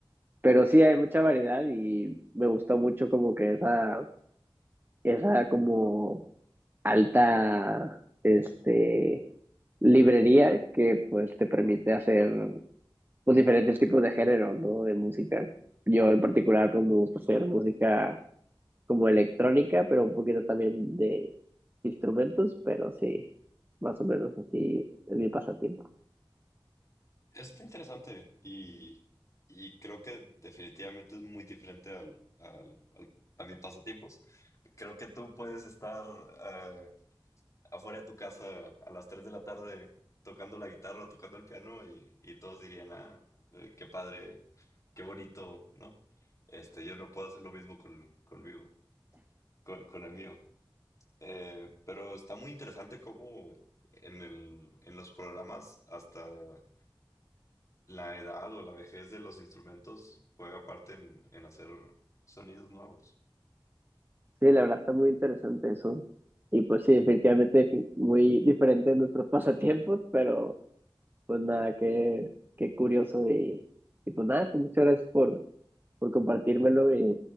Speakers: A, on the right; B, on the left.
A: pero sí hay mucha variedad y me gustó mucho como que esa, esa como alta este, librería que pues te permite hacer pues, diferentes tipos de género, ¿no? De música. Yo en particular pues me gusta hacer música como electrónica, pero un poquito también de instrumentos, pero sí, más o menos así es mi pasatiempo.
B: Está interesante y, y creo que definitivamente es muy diferente al, al- al- a mis pasatiempos. Creo que tú puedes estar eh, afuera de tu casa a las 3 de la tarde tocando la guitarra o tocando el piano y, y todos dirían, ah, eh, qué padre, qué bonito, ¿no? Este, yo no puedo hacer lo mismo con, conmigo, con, con el mío. Eh, pero está muy interesante cómo en el, en los programas hasta la edad o la vejez de los instrumentos juega parte en, en hacer sonidos nuevos.
A: Sí, la verdad está muy interesante eso. Y pues sí, definitivamente difi- muy diferente de nuestros <laughs> pasatiempos, pero pues nada, qué, qué curioso y, y pues nada, pues muchas gracias por por compartírmelo y,